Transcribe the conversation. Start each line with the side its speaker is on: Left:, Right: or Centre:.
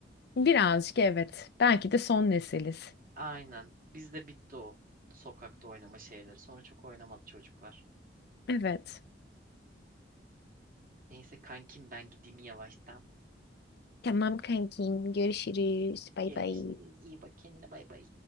Left: Birazcık evet. Belki de son nesiliz.
Right: Aynen. Bizde bitti o sokakta oynama şeyleri. Sonra çok oynamadı çocuklar.
Left: Evet.
Right: Neyse kankim ben gideyim yavaştan.
Left: Tamam kankim görüşürüz. Bay
Right: Görüşürüz.
Left: bay.
Right: İyi bak kendine bay bay.